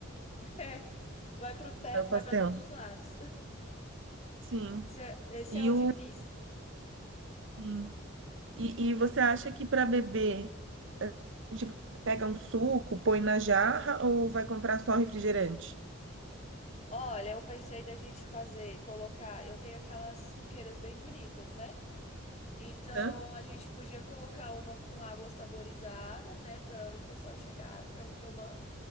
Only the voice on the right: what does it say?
do
pastel.
Sim.
E
o
sim. E, e você acha que para beber a gente pega um suco, põe na jarra ou vai comprar só refrigerante?
Hã?